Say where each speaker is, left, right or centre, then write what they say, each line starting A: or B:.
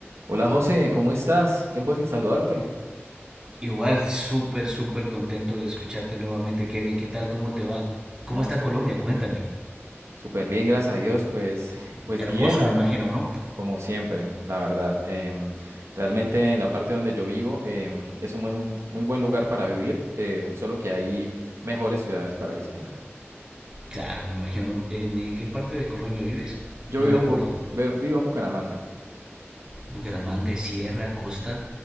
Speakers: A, on the right; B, on the right.
A: Hola José, ¿cómo estás? Tiempo sin saludarte.
B: Igual, súper, súper contento de escucharte nuevamente, Kevin. ¿Qué tal? ¿Cómo te va? ¿Cómo
A: Vamos,
B: está Colombia? Cuéntame.
A: súper bien, gracias a Dios. Pues, pues
B: Hermoso,
A: bien, la-
B: me imagino, ¿no?
A: como siempre, la verdad. Em, realmente en la parte donde yo vivo em, es un buen- muy buen lugar para vivir, eh, solo que hay mejores ciudades para visitar.
B: Claro, me imagino. ¿En, en qué parte de Colombia vives?
A: Yo
B: No
A: vivo
B: recuerdo.
A: en, Bu- ve- vivo en Bucaramanga.
B: Bucaramanga, es Sierra,
A: Sí.
B: Costa.